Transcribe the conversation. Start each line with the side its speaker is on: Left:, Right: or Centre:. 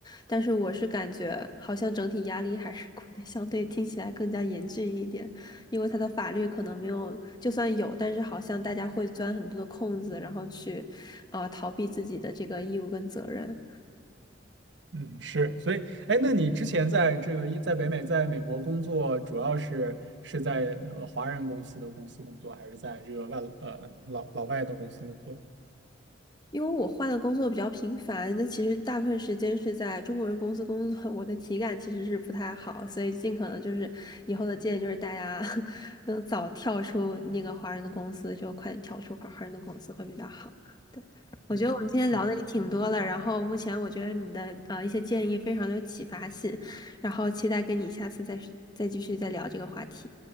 Left: 但是，我是感觉好像整体压力还是国内相对听起来更加严峻一点，因为它的法律可能没有，就算有，但是好像大家会钻很多的空子，然后去呃逃避自己的这个义务跟责任。
Right: 嗯，是，所以，哎，那你之前在这个一在北美，在美国工作，主要是是在呃华人公司的公司工作，还是在这个外呃老老外的公司工作？
Left: 因为我换的工作比较频繁，那其实大部分时间是在中国人公司工作，<laughs> 我的体感其实是不太好，所以尽可能就是以后的建议就是大家 <laughs> 能早跳出那个华人的公司，就快点跳出华华人的公司会比较好。我觉得我们今天聊的也挺多了，
Right: 嗯，行。
Left: 然后目前我觉得你的呃一些建议非常有启发性，然后期待跟你下次再再继续再聊这个话题。